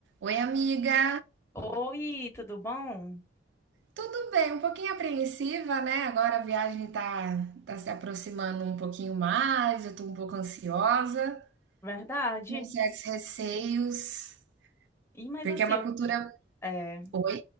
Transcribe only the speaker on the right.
Oi, amiga.
Tudo bem? Um pouquinho apreensiva, né? Agora a viagem tá, tá se aproximando um pouquinho mais, eu tô um pouco ansiosa,
com certos receios,
porque
é uma cultura.
Oi?